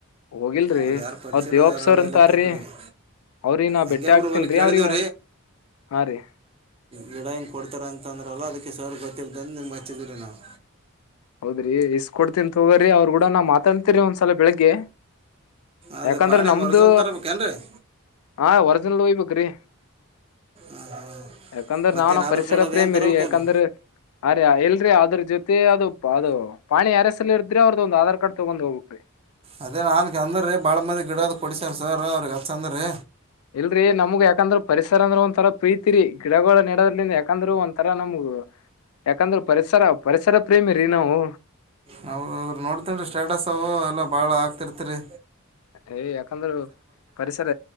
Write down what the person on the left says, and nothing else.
ಹೋಗಿಲ್ರಿ
ಅವ್ರ
ದೇವಾಪ್ಪ
ಸಾರ್ ಅವ್ರಂತ
ಆರ್ರಿ
ಅವ್ರಿ ನಾ
ಬೆಟ್ಟೆ
ಆಗ್ತನ್
ರೀ
ಅವ್ರಿ ಹಾ ರೀ
ಹೌದ್ರಿ ಇಸ್ ಕೊಡ್ತೀನ್ತಗ್ರಿ ಅವ್ರರು ಕೂಡ ನಾ ಮಾತಾಡ್ತಿನಿ ಒಂದ್ಸಲ ಬೆಳಿಗ್ಗೆ
ಯಾಕಂದ್ರೆ
ನಮ್ದು
ಹ ವರ್ಜನ್ಲ್ ಹಯ್ಬೇಕ್ರಿ <inaudible>
ಯಾಕಂದ್ರ
ನಾವ
ಪರಿಸರ
ಪ್ರೇಮಿ
ರೀ ಯಾಕಂದ್ರ ಆ ಎಲ್ರಿ ಅದ್ರ ಜೊತೆ ಅದು ಅದು ಪಾಣಿ ಯಾರ್ ಹೆಸರಲ್ಲಿ ಐತ್ರಿ ಅವ್ರದ ಒಂದು ಆಧಾರ್ ಕಾರ್ಡ್ ತಗೊಂಡ್ ಹೋಗಬೇಕ್ರಿ
ಇಲ್ರರಿ ನಮ್ಗ್ ಯಾಕಂದ್ರ ಪರಿಸರ ಅಂದ್ರ ಒಂಥರ ಪ್ರೀತಿ ರಿ ಗಿಡಗಳ ನೆೋದ್ರಿಂದ ಯಾಕಂದ್ರೂ ಒಂಂತರಾ ನಮ್ಗ್ ಯಾಕಂದ್ರೆ ಪರಿಸರ ಪರಿಸರ ಪ್ರೇಮಿ ರೀ ನಾವು
ಏ ಯಾಕಂದ್ರೂ ಪರಿಸರ